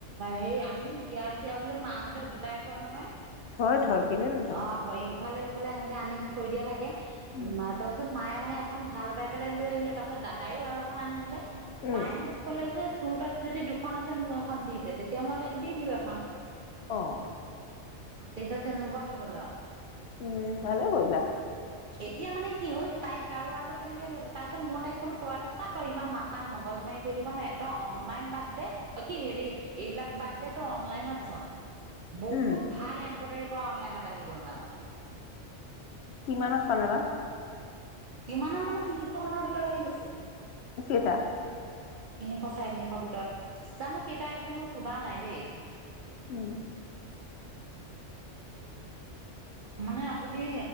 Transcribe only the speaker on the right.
হেৰি আমিও বিয়া চিয়া বোলে মাহঁতে গোটাই থয় নহয়।
অ', ধৰি ইফালে সিফালে এনেকে আনি থৈ দিয়া থাকে।
তাৰপাছত মায়ে মানে এখন ভাল পাই পেলাই লৈ আহিলে, তাৰপাছত দাদাইও আৰু এখন আনি দিলে।
তাই মোক ক'লে যে তোৰ তাত যদি দুখন আছে, মোক এখন দি দে। তেতিয়া মই তাইক দি দিলোঁ এখন।
তেতিয়া তেনেকুৱা হৈ গ'ল আৰু
এতিয়া মানে কি হ'ল তাইক গাৰুৱাৰটো তেনেকে তাৰপিছত মই তাইক ক'লো, তই এটা আছা তই ইমান মাথা মগজ মাৰি কৈ থাকিব নালাগে, অনলাইন বাদ দে কি হেৰি এইবিলাক বাদ দে, তই অনলাইন <unintelligible> বহুত
ভাল এম্ব্ৰইডাৰী কৰা অনলাইনত আহি গ'ল মানে।
কিমানত মানে, তিনিশ মানৰ ভিতৰত আহি গৈছে।
তিনিশ চাৰি তিনিশৰ ভিতৰত। জানো কেইটা আহিছে মই সোধা নাই দেই।
তাৰমানে আপুনি